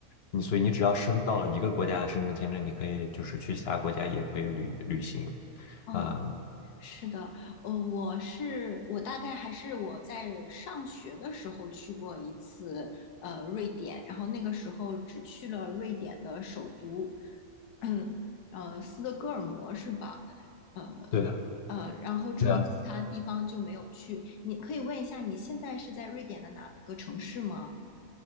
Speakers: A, on the left; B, on the left.
A: 你所以你只要申到了一个国家的申根签证，你可以就是去其他国家也可以旅旅行。
B: 哦，
A: 啊、
B: 是的，呃，我是我大概还是我在上学的时候去过一次，呃，瑞典，然后那个时候只去了瑞典的首都，嗯，呃，斯德哥尔摩是吧？呃呃，
A: 对的。
B: 然后之后其他地方就没有去。
A: 对的
B: 你可以问一下，你现在是在瑞典的哪个城市吗？